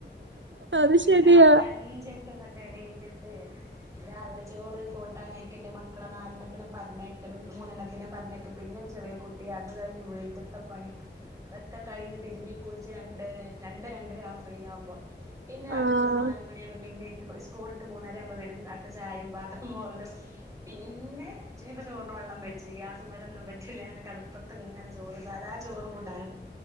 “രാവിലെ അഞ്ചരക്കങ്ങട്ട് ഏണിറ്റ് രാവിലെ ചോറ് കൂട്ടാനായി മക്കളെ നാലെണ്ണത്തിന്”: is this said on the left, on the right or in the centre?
Right